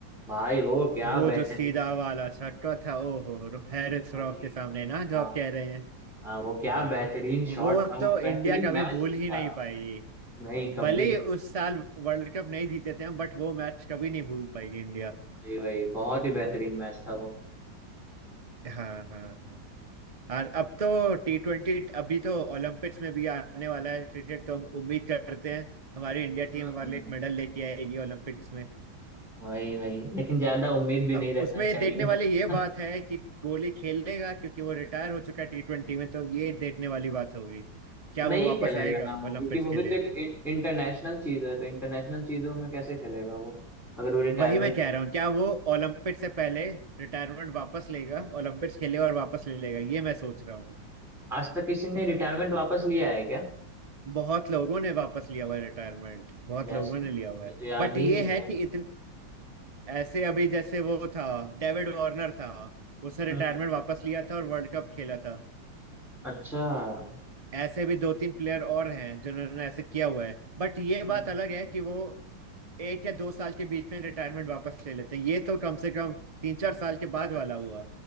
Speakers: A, in the centre; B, on the right.
A: भाई वो क्या
B: वो
A: बेहतरीन
B: जो सीधा
A: था
B: वाला छक्का था ओहो हैरिस
A: भाई
B: रॉफ के सामने ना जो
A: हाँ
B: आप कह रहे हैं
A: हाँ वो क्या
B: हाँ
A: बेहतरीन शॉट
B: वो
A: था वो
B: तो इंडिया
A: बेहतरीन
B: कभी
A: मैच
B: भूल
A: भी था
B: ही नहीं पाएगी
A: नहीं कभी
B: भले ही
A: नहीं
B: उस साल वर्ल्ड कप नहीं जीते थे हम बट वो मैच कभी नहीं भूल पाएगी इंडिया
A: वही वही बहुत ही बेहतरीन मैच था वो
B: हाँ हाँ हाँ और अब तो टी ट्वेंटी अभी तो ओलंपिक्स में भी आने वाला है क्रिकेट तो हम उम्मीद करते हैं हमारी इंडिया टीम
A: हम्म
B: हमारे
A: हम्म।
B: लिए एक मेडल लेके आएगी ओलंपिक्स में
A: वही वही लेकिन ज्यादा उम्मीद भी नहीं
B: अब
A: रखना
B: उसमें
A: चाहिए
B: देखने वाली ये बात
A: <laughs>
B: है कि कोहली खेलेगा क्योंकि वो रिटायर हो चुका है टी ट्वेंटी में तो ये देखने वाली बात होगी क्या
A: नहीं
B: वो वापस
A: खेलेगा
B: आएगा
A: ना वो
B: ओलंपिक्स
A: क्योंकि वो
B: के
A: भी
B: लिए
A: तो एक इंटरनेशनल चीज है तो इंटरनेशनल चीजों में कैसे खेलेगा वो अगर वो रिटायरमेंट
B: वही मैं कह
A: ले चुका
B: रहा हूँ क्या वो ओलंपिक से पहले रिटायरमेंट वापस लेगा ओलंपिक्स खेलेगा और वापस ले लेगा ये मैं सोच रहा हूँ
A: आज तक किसी ने रिटायरमेंट वापस लिया है क्या
B: बहुत लोगों ने वापस लिया हुआ है रिटायरमेंट बहुत
A: जैसे
B: लोगों
A: मुझे
B: ने लिया हुआ है
A: तो याद
B: बट
A: ही
B: ये
A: नहीं
B: है
A: है
B: कि इतने ऐसे अभी जैसे वो था डेविड वार्नर था उसने रिटायरमेंट
A: हम्म
B: वापस लिया था और वर्ल्ड कप खेला था
A: अच्छा हम्म
B: ऐसे भी दो तीन प्लेयर और हैं जिन्होंने ऐसे किया हुआ है बट ये बात
A: हम्म
B: अलग है कि वो एक या दो साल के बीच में रिटायरमेंट वापस ले लेते हैं ये तो कम से कम तीन चार साल के बाद वाला हुआ